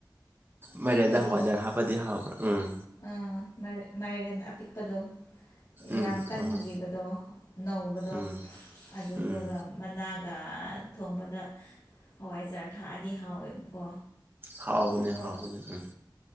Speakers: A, on the right; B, on the left.
A: ꯃꯌꯥꯦꯟꯗ
B: ꯄꯤꯛꯄꯗꯣ
A: ꯍꯋꯥꯏꯖꯔ ꯍꯥꯞꯄꯗꯤ ꯍꯥꯎꯕ꯭ꯔꯥ ꯎꯝ
B: ꯑꯥ ꯃ ꯃꯥꯏꯔꯦꯟ ꯑꯄꯤꯛꯄꯗꯣ
A: ꯎꯝ
B: ꯌꯥꯝ ꯀꯟꯗ꯭ꯔꯤꯕꯗꯣ
A: ꯑꯣ
B: ꯅꯧꯕꯗꯣ
A: ꯎꯝ
B: ꯑꯗꯨꯗꯨꯒ
A: ꯎꯝ
B: ꯃꯅꯥꯒ ꯒꯥ ꯊꯣꯡꯕꯗ ꯍꯋꯥꯏꯖꯥꯔ ꯊꯥꯛꯑꯗꯤ ꯍꯥꯎꯋꯦꯕꯀꯣ
A: ꯍꯥꯎꯕꯅꯦ
B: ꯑꯗꯣ
A: ꯍꯥꯎꯕꯅꯦ ꯎꯝ